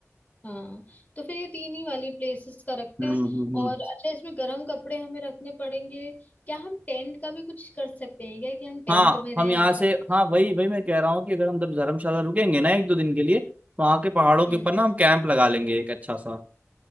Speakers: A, on the left; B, on the right.
A: हाँ तो फिर ये तीन ही वाली प्लेसेस का रखते
B: हम्म
A: हैं
B: हम्म हम्म।
A: और अच्छा इसमें गर्म कपड़े हमें रखने पड़ेंगे क्या हम टेंट का भी कुछ कर सकते हैं क्या कि हम टेंट
B: हाँ
A: में रहें
B: हम यहाँ
A: ऐसा
B: से
A: कुछ
B: हाँ वही वही मैं कह रहा हूँ कि अगर हम जब धर्मशाला रुकेंगे ना एक दो दिन के लिए तो वहाँ के पहाड़ों के
A: हम्म
B: ऊपर ना हम कैंप लगा लेंगे एक अच्छा सा